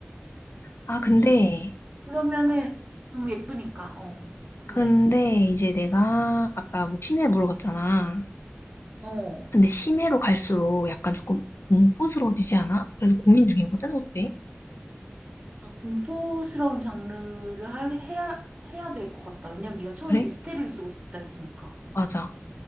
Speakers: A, on the left (about 70°); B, on the right (about 30°).
A: 아, 근데,
B: 그치? 그러면은 너무 예쁘니까. 어. 근데
A: 근데 이제 내가 아까 뭐 심해 물어봤잖아.
B: 어.
A: 근데 심해로 갈수록 약간 조금 공포스러워지지 않아? 그래서 고민 중이거든? 어때?
B: 아, 공포스러운 장르를 할, 해야 해야 될 것 같다. 왜냐면 네가 처음에
A: 그래?
B: 미스테리를 쓰고 싶다 했으니까.
A: 맞아.